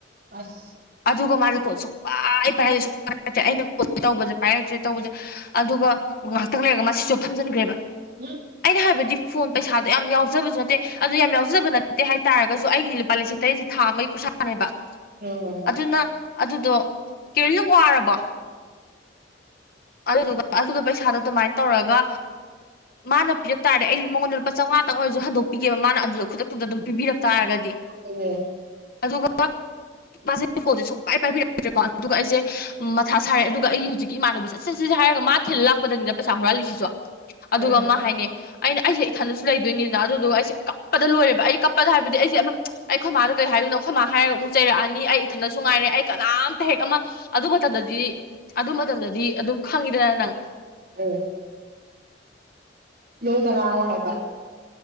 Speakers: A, on the right; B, on the left.
A: ꯑꯁ
B: ꯑꯗꯨꯒ ꯃꯥꯅ ꯀꯣꯜ ꯁꯨꯡ ꯄꯥꯏ ꯄꯥꯏꯗꯦ ꯁꯨꯡ ꯄꯥꯏ ꯄꯥꯏꯗꯦ ꯑꯩꯅ ꯐꯣꯟꯁꯦ ꯇꯧꯕꯁꯦ ꯄꯥꯏꯔꯛꯇ꯭ꯔꯦ ꯇꯧꯕꯁꯦ ꯑꯗꯨꯒ ꯉꯥꯏꯍꯥꯛꯇꯪ ꯂꯩꯔꯒ ꯃꯥ ꯁꯨꯏꯁ ꯑꯣꯐ ꯝꯖꯤꯟꯈ꯭ꯔꯦꯕ
A: <unintelligible>
B: ꯑꯩꯅ ꯍꯥꯏꯕꯗꯤ ꯐꯣꯟ ꯄꯩꯁꯥꯗꯣ ꯌꯥꯝ ꯌꯥꯎꯖꯕꯁꯨ ꯅꯠꯇꯦ ꯑꯗꯨꯗꯣ ꯌꯥꯝ ꯌꯥꯎꯖꯕ ꯅꯠꯇꯦ ꯍꯥꯏ ꯇꯥꯔꯒꯁꯨ ꯑꯩꯒꯤꯗꯤ ꯂꯨꯄꯥ ꯂꯤꯁꯤꯡ ꯇꯔꯦꯠ ꯊꯥ ꯑꯃꯒꯤ ꯈꯨꯔꯁꯥꯅꯦꯕ
A: ꯍꯣꯏ ꯍꯣꯏ ꯍꯣꯏ
B: ꯑꯗꯨꯅ ꯑꯗꯨꯗꯣ ꯀꯦꯔꯣ ꯅꯪ ꯋꯥꯔꯕꯣ ꯑꯗꯨꯗꯨꯒ ꯑꯗꯨꯒ ꯄꯩꯁꯥꯗꯣ ꯑꯗꯨꯃꯥꯏꯅ ꯇꯧꯔꯒ
A: <inaudible>
B: ꯃꯥꯅ ꯄꯤꯔꯛ ꯇꯥꯔꯗꯤ ꯑꯩ ꯃꯉꯣꯟꯗ ꯂꯨꯄꯥ ꯆꯧꯉꯥꯇꯪ ꯑꯣꯏꯖꯨ ꯍꯟꯗꯣꯛꯄꯤꯒꯦꯕ ꯃꯥꯅ ꯑꯗꯨꯗ ꯈꯨꯗꯛꯇꯨꯗ ꯗꯨꯝ ꯄꯤꯕꯤꯔꯛ ꯇꯥꯔꯒꯗꯤ
A: ꯎꯝ
B: ꯑꯗꯨꯒ ꯃꯥꯁꯦ ꯀꯣꯜꯁꯦ ꯁꯨꯡꯄꯥꯏ ꯄꯥꯏꯕꯤꯔꯛꯇ꯭ꯔꯦꯀꯣ ꯑꯗꯨꯒ ꯑꯩꯖꯦ ꯃꯊꯥ ꯁꯥꯔꯦ ꯑꯗꯨꯒ ꯑꯩ ꯍꯧꯖꯤꯛꯀꯤ ꯏꯃꯅꯕꯤꯁꯦ ꯁꯤ ꯁꯤꯁꯦ ꯍꯥꯏꯔꯒ ꯃꯥ ꯊꯤꯜ ꯂꯥꯛꯄꯗꯅꯤꯅ ꯄꯩꯁꯥ ꯍꯨꯔꯥꯜꯂꯤꯁꯤꯁꯨ ꯑꯗꯨꯒ
A: ꯎꯝ
B: ꯃꯥ ꯍꯥꯏꯅꯦ ꯑꯩꯅ ꯑꯩꯁꯦ ꯏꯊꯟꯗꯁꯨ ꯂꯩꯗꯣꯏꯅꯤꯅ ꯑꯗꯨꯗꯨꯒ ꯑꯩꯁꯦ ꯀꯞꯄꯗ ꯂꯣꯏꯔꯦꯕ ꯑꯩ ꯀꯞꯄꯗ ꯍꯥꯏꯕꯗꯤ ꯑꯩꯁꯦ ꯑꯃ ꯑꯩꯈꯣꯏ ꯃꯥꯥꯗ ꯀꯩ ꯍꯥꯏꯗꯣꯏꯅꯣ ꯑꯩꯈꯣꯏ ꯃꯥ ꯍꯥꯏꯔꯒ ꯑꯃꯨꯛ ꯆꯩꯔꯛꯑꯅꯤ ꯑꯩ ꯏꯊꯟꯅꯁꯨ ꯉꯥꯏꯔꯦ ꯑꯩ ꯀꯅꯥꯝꯇ ꯍꯦꯛ ꯑꯃ ꯑꯗꯨ ꯃꯇꯝꯗꯗꯤ ꯑꯗꯨ ꯃꯇꯝꯗꯗꯤ ꯑꯗꯨꯝ ꯈꯪꯉꯤꯗꯅ ꯅꯪ
A: ꯎꯝ ꯂꯣꯗ ꯉꯥꯡꯉꯣ ꯍꯥꯏꯕ